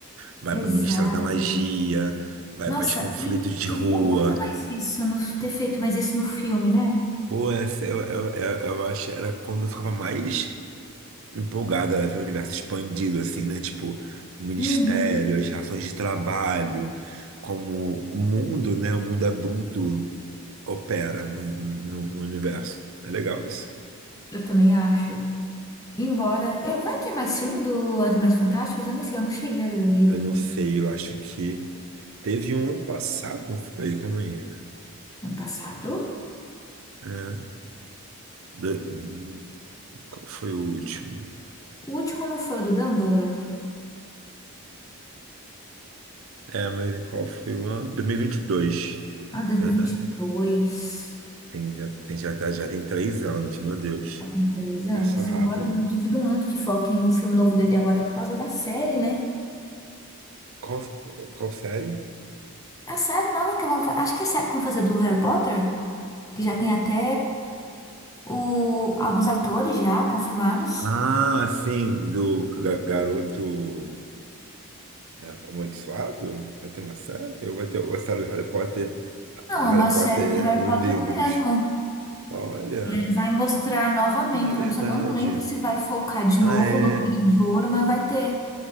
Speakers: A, on the right; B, on the left.
A: vai para
B: Exato.
A: o Ministério da Magia, vai
B: Nossa,
A: para os conflitos
B: e
A: de
B: devia
A: rua.
B: fazer mais isso, no, ter feito mais isso no filme, né?
A: Pô, essa, eu, eu, eu, eu acho que era quando eu ficava mais empolgada, ela vê o universo expandido, assim, né? Tipo, o ministério,
B: Uhum,
A: as relações de trabalho, como o mundo, né? O mundo adulto opera no, no, no universo. É legal isso.
B: eu também acho. Embora. eh, Vai ter mais filme do Animais Fantásticos? Eu nem sei, eu não cheguei a ler o livro
A: Eu não sei, eu acho que teve um ano passado, não foi? Calma aí.
B: ano passado.
A: É, do- hum, qual foi o último?
B: O último não foi o do Dumbledore?
A: É, mas qual foi o ano? dois mil e e vinte e dois
B: Ah, dois
A: verdade.
B: mil e e vinte e dois.
A: Tem, já, tem, já, tá- já tem três anos, meu Deus.
B: Já tem três anos.
A: Passou rápido.
B: Embora eu duvido muito que foquem no filme novo dele agora é por causa da série, né?
A: Qual, qual série?
B: É A série nova que vão fazer. Acho que é a série que vão fazer do Harry Potter. Que já tem até o... alguns atores já confirmados.
A: Ah, sim, do ga- garoto é, amaldiçoado? Vai ter uma série? Eu vou ter a série do Harry Potter,
B: Não,
A: do Harry
B: é uma
A: Potter,
B: série do Harry
A: os
B: Potter
A: livros.
B: mesmo.
A: Olha,
B: E aí vai mostrar novamente.
A: é verdade.
B: Eu só não lembro se vai focar de
A: Ah,
B: novo
A: é.
B: no Trio de Ouro, mas vai ter.